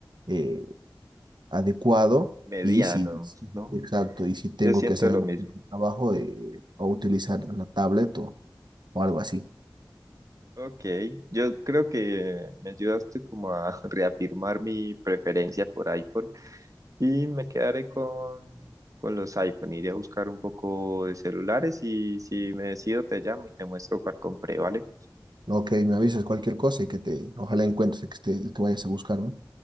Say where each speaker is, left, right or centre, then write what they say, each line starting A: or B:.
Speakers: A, on the right; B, on the right.
A: eh, adecuado
B: Mediano,
A: y si,
B: ¿no?
A: exacto, y si tengo
B: Yo siento
A: que hacer
B: lo
A: algún
B: mismo.
A: tipo de trabajo eh, o utilizar una tablet o, o algo así.
B: Ok, yo creo que me ayudaste como a <laughs> reafirmar mi preferencia por iPhone. Y me quedaré con, con los iPhone. Iré a buscar un poco de celulares y si me decido te llamo y te muestro cuál compré, ¿vale?
A: Ok, me avisas cualquier cosa y que te, ojalá encuentres que te, que vayas a buscar, ¿no?